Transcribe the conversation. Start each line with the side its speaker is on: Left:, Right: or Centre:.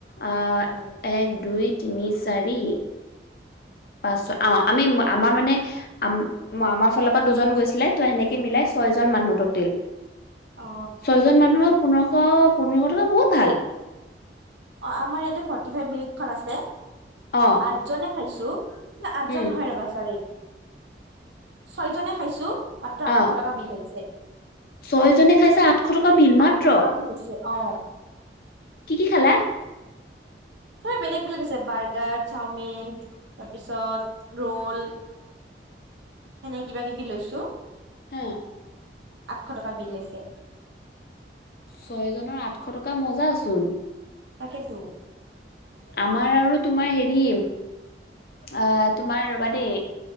Left: অহ
Right: উম
Left: এক দুই তিনি চাৰি পাঁচ অ আমি আমাৰ মানে আমাৰ ফালৰ পৰা দুজন গৈছিলে তই সেনেকে মিলাই ছয়জন মানুহ টোটেল
Right: অ
Left: ছয়জন মানুহক পোন্ধৰশ পোন্ধৰশ টকা বহুত ভাল।
Right: অ আমাৰ ইয়াতে ফৰ্টি ফাইভ মিনিটখন আছে
Left: অ
Right: আঠজনে খাইছো। ন আঠজন
Left: উম
Right: নহয় ৰবা সওৰি ছয়জনে খাইছো। মাত্ৰ
Left: অ
Right: আঠশ টকা বিল হৈছে।
Left: ছয়জনে খাইছে আঠশ টকা বিল মাত্ৰ।
Right: আঠশ টকা বিল হৈছে অ'
Left: কি কি খালা?
Right: তই বেলেগ বেলেগ আছে বাৰ্গাৰ, চাওমিন তাৰপিছত ৰোল। এনে কিবা কিবি লৈছো।
Left: হা
Right: আঠশ টকা বিল আহিছে।
Left: ছয়জনৰ আঠশ টকা মজা আচোন
Right: তাকেতো
Left: আমাৰ আৰু তোমাৰ হেৰি অ তোমাৰ ৰবা দেই